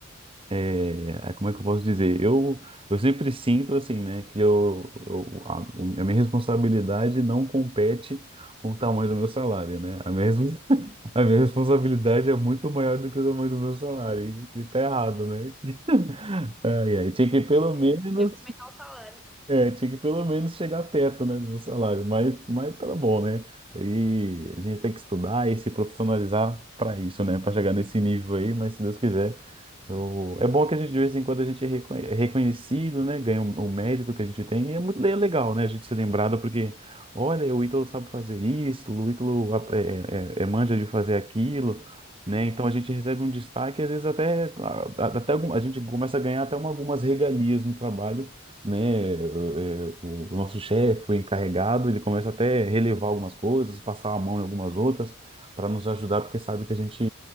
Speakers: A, on the right; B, in the centre.
A: É, é, como é que eu posso dizer? Eu, eu sempre sinto assim, né, que eu, eu- a, a minha responsabilidade não compete com o tamanho do meu salário, né? A minha, respons- <laughs> a minha responsabilidade é muito maior do que o tamanho do meu salário, e, e tá errado, né? <laughs> Ai, ai, tinha que pelo
B: É.
A: menos,
B: Você ia começar o salário
A: é, tinha que pelo menos chegar perto, né, do meu salário, mas, mas tá bom, né? E a gente tem que estudar e se profissionalizar para isso, né? Para chegar nesse nível aí, mas se Deus quiser. O- É bom que a gente, de vez em quando, a gente é reconhe- é reconhecido, né? Ganha o o mérito que a gente tem. E é muito le- legal, né? A gente ser lembrado porque, olha, o Ítalo sabe fazer isso, o Ítalo ap- é, é- é manja de fazer aquilo, né? Então a gente recebe um destaque, e às vezes até, a- a- até algum- a gente começa a ganhar até uma- algumas regalias no trabalho, né? É, é, O o nosso chefe, o encarregado, ele começa até a relevar algumas coisas, passar a mão em algumas outras, para nos ajudar, porque sabe que a gente